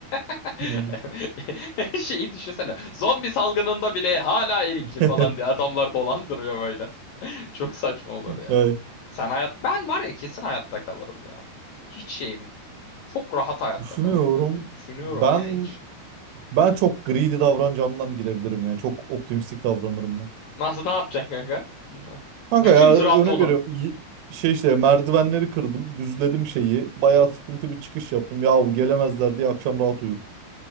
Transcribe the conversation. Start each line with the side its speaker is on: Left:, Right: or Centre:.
Left: <laughs>
Right: Yani.
Left: Şeyi düşünsene. Zombi salgınında bile hala erikli
Right: <laughs>
Left: falan diye adamlar dolandırıyor böyle. <laughs> Çok saçma olur ya.
Right: Evet.
Left: Sen hayat ben var ya kesin hayatta kalırım ya. Hiç şeyim. Çok rahat hayatta
Right: Düşünüyorum.
Left: kalırım hem de düşünüyorum
Right: Ben
Left: ya hiç.
Right: ben çok greedy davranacağımdan gidebilirim yani. Çok optimistik davranırım ben.
Left: Nasıl ne yapacaksın kanka? <laughs>
Right: Kanka
Left: Bütün
Right: ya
Left: Trabzon'u.
Right: örnek veriyorum. y- Şey işte merdivenleri kırdım, düzledim şeyi. Bayağı sıkıntı bir çıkış yaptım. Yahu gelemezler diye akşam rahat uyurum.